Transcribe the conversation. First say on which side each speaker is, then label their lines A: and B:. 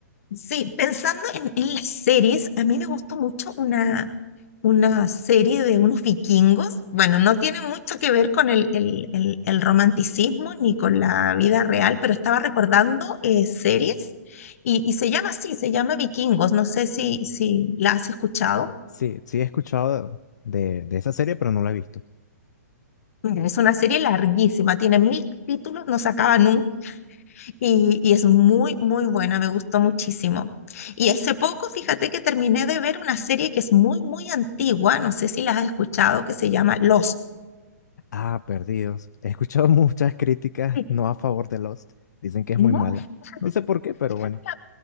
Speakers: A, on the left; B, on the left.
A: sí, pensando en, en las series, a mí me gustó mucho una, una serie de unos vikingos. Bueno, no tiene mucho que ver con el, el- el- el romanticismo ni con la vida real, pero estaba recordando eh, series y, y se llama así, se llama Vikingos. No sé si, si la has escuchado.
B: Sí, sí he escuchado de, de esa serie, pero no la he visto.
A: Mira, es una serie larguísima, tiene mil capítulos, no se acaba nunca y, y es muy, muy buena, me gustó muchísimo. Y hace poco, fíjate que terminé de ver una serie que es muy, muy antigua, no sé si la has escuchado, que se llama Lost.
B: Ah, Perdidos. He escuchado <laughs> muchas críticas
A: Sí.
B: no a favor de Lost. Dicen que es
A: ¿No?
B: muy mala.
A: Fíjate
B: No sé
A: que,
B: por qué, pero
A: fíjate
B: bueno.
A: que